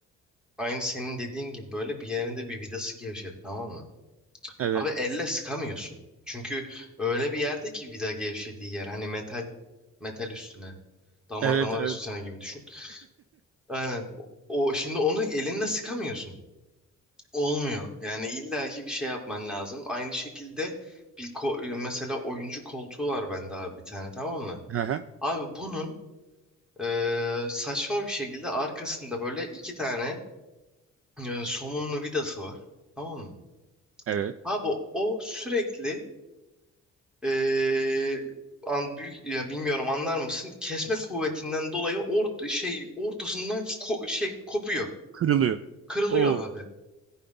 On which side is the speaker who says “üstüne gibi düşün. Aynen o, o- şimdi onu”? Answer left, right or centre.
Centre